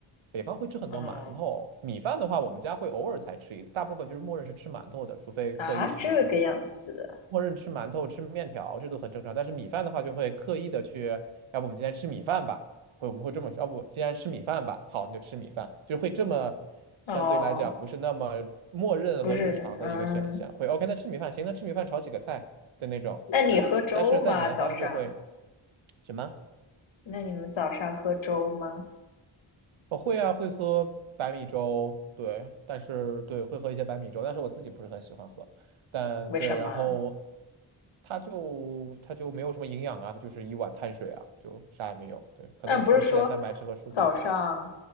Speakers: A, on the right; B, on the left.
A: 北方会吃很多馒头。
B: 哦，
A: 米饭的话，我们家会偶尔才吃一次，大部分就是默认是吃馒头的，除非刻意吃米饭。
B: 啊，这个样子，
A: 默认吃馒头、吃面条，这都很正常。但是米饭的话，就会刻意的去，要不我们今天吃米饭吧，会我们会这么说，要不今天吃米饭吧，好，那就吃米饭，就会这么相对来讲不是那么默认和日常的一个选项，
B: 哦，不是，嗯，
A: 会 OK，那吃米饭行，那吃米饭炒几个菜的那种感觉。
B: 那你喝粥吗？
A: 但是在南方就会
B: 早上？
A: 什么？
B: 那你们早上喝粥吗？
A: 我会啊，会喝白米粥，对，但是对，会喝一些白米粥，但是我自己不是很喜欢喝，但对，
B: 为什么？
A: 然后它就它就没有什么营养啊，它就是一碗碳水啊，就啥也没有，对，可能多吃点蛋白质和蔬菜会好一点。
B: 那不是说早上